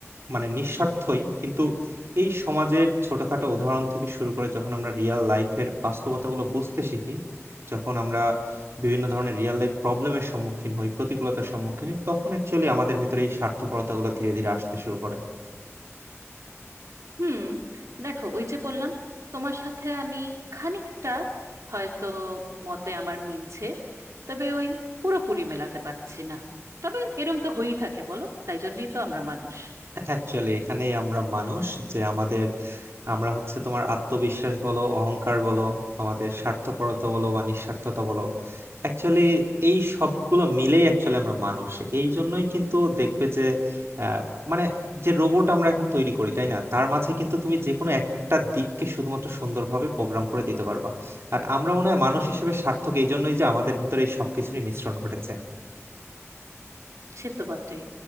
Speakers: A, on the right (about 55°); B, on the right (about 80°).
A: মানে নিঃস্বার্থই কিন্তু এই সমাজের ছোটখাটো উদাহরণ থেকে শুরু করে যখন আমরা রিয়েল লাইফের বাস্তবতাগুলো বুঝতে শিখি যখন আমরা বিভিন্ন ধরনের রিয়েল লাইফ প্রবলেমের সম্মুখীন হই প্রতিকূলতার সম্মুখীন হই, তখন অ্যাকচুয়ালি আমাদের ভেতরে এই স্বার্থপরতাগুলো ধীরে ধীরে আসতে শুরু করে
B: হুম দেখো ওই যে বললাম তোমার সাথে আমি খানিকটা হয়তো মতে আমার মিলছে তবে ওই পুরোপুরি মেলাতে পারছি না তবে এরম তো হয়েই থাকে বলো তাই জন্যই তো আমরা মানুষ
A: অ্যাকচুয়ালি এখানেই আমরা মানুষ যে আমাদের আমরা হচ্ছে তোমার আত্মবিশ্বাস বলো অহংকার বলো আমাদের স্বার্থপরতা বলো বা নিঃস্বার্থতা বলো অ্যাকচুয়ালি এই সবগুলো মিলেই অ্যাকচুয়ালি আমরা মানুষ এই জন্যই কিন্তু দেখবে যে আহ, মানে যে রোবট আমরা এখন তৈরি করি তাই না তার মাঝে কিন্তু তুমি যে কোনো একটা দিককে শুধুমাত্র সুন্দরভাবে প্রোগ্রাম করে দিতে পারবা আর আমরা মনে হয় মানুষ হিসেবে সার্থক এই জন্যই যে আমাদের ভেতরে এই সবকিছুরই মিশ্রণ ঘটেছে
B: সে তো বটেই